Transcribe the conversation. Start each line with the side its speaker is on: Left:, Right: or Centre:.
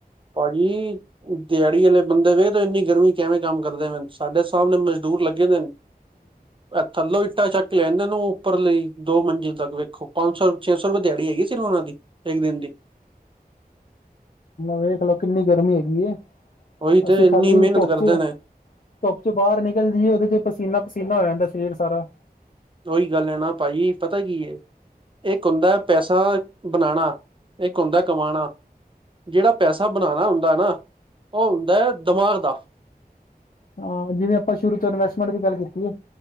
Right: ਭਾਜੀ ਦਿਹਾੜੀ ਵਾਲੇ ਬੰਦੇ ਵੇਖਦੇ, ਇੰਨੀ ਗਰਮੀ ਕਿਵੇਂ ਕੰਮ ਕਰਦੇ ਨੇ, ਸਾਡੇ ਸਾਹਮਣੇ ਮਜਦੂਰ ਲੱਗੇ ਦੇ ਨੇ। ਏ ਥਲੋ ਇਟਾ ਚੱਕ ਲੈ ਜਾਂਦੇ ਓ ਉੱਪਰ ਲਈ, ਦੋ ਮੰਜ਼ਿਲ ਤੱਕ ਵੇਖੋ। ਪੰਜ ਸੌ, ਛੇ ਸੌ ਰੁਪਏ ਦਿਹਾੜੀ ਹੈਗੀ ਸਿਰਫ ਉਹਨਾਂ ਦੀ, ਇੱਕ ਦਿਨ ਦੀ।
Left: 'ਵੇਖ ਲਓ ਕਿੰਨੀ ਗਰਮੀ ਹੈਗੀ ਏ,
Right: ਉਹੀ ਤੇ
Left: ਅਸੀਂ
Right: ਇੰਨੀ
Left: ਖਾਲੀ
Right: ਮਿਹਨਤ
Left: ਧੁੱਪ
Right: ਕਰਦੇ
Left: 'ਚ
Right: ਨੇ
Left: ਧੁੱਪ ਚੋਂ ਬਾਹਰ ਨਿਕਲ ਜਾਈ ਏ, ਉਹਦੇ ਚ ਪਸੀਨਾ -ਪਸੀਨਾ ਹੋ ਜਾਂਦਾ ਸਰੀਰ ਸਾਰਾ।
Right: ਓਹੀ ਗੱਲ ਹੈ ਨਾ ਭਾਜੀ, ਪਤਾ ਕੀ ਏ ਇਹ ਹੁੰਦਾ ਪੈਸਾ ਬਣਾਣਾ, ਇੱਕ ਹੁੰਦਾ ਕਮਾਣਾ। ਜਿਹੜਾ ਪੈਸਾ ਬਣਾਣਾ ਹੁੰਦਾ ਨਾ, ਉਹ ਹੁੰਦਾ ਹੈ ਦਿਮਾਗ ਦਾ।
Left: ਹਾਂ, ਜਿਵੇਂ ਆਪਾਂ ਸ਼ੁਰੂ ਤੋਂ ਇਨਵੈਸਟਮੈਂਟ ਦੀ ਗੱਲ ਕੀਤੀ ਹੈ।